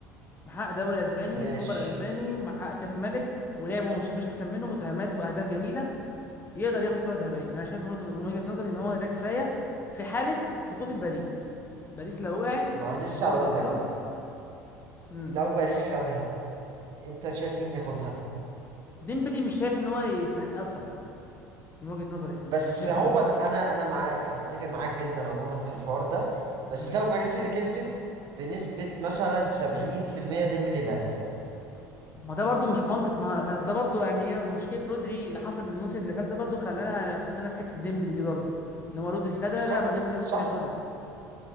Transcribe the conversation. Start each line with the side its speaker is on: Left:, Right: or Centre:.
Left: محقق دوري اسباني
Right: ماشي
Left: سوبر اسباني محقق كاس ملك ولعبه مش فيش احسن منه مساهمات واهداف جميله يقدر ياخد كره ذهبيه انا شايف من وجهه من وجهة نظري ان هو ده كفايه في حاله سقوط الباريس باريس لو وقعت
Right: ما هو لسه
Left: في دوري
Right: هقول
Left: الابطال
Right: لك بقى
Left: امم
Right: لو باريس خدها أنت شايف مين ياخدها؟
Left: ديمبلي مش شايف ان هو يستحق أه الصراحه من وجهه نظري يعني
Right: بس
Left: انا مش شايف
Right: هو
Left: ان
Right: ال- انا انا معاك انا متفق معاك جدا عموما في الحوار ده بس
Left: مم.
Right: لو باريس اللي كسبت بنسبة مثلا 70% ديمبلي اللي هياخدها
Left: ما ده برضو مش منطق ما هو- أصل ده برضو يعني ايه مشكله رودري اللي حصل الموسم اللي فات ده برضو خلانا حطينا في حته ديمبلي دي برضو ان هو رودري خدها
Right: بالظبط
Left: لا ما ديمبلي ممكن
Right: صح
Left: ياخدها